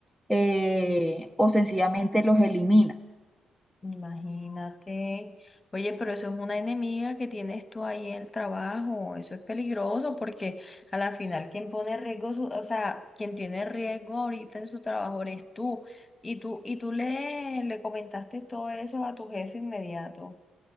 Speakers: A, in the centre; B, on the left.
A: eh, o sencillamente los elimina.
B: Imagínate. Oye, pero eso es una enemiga que tienes tú ahí en el trabajo. Eso es peligroso porque a la final quien pone riesgo, su- o sea, quien tiene riesgo ahorita en su trabajo eres tú. Y tú, y tú le, le comentaste todo eso a tu jefe inmediato.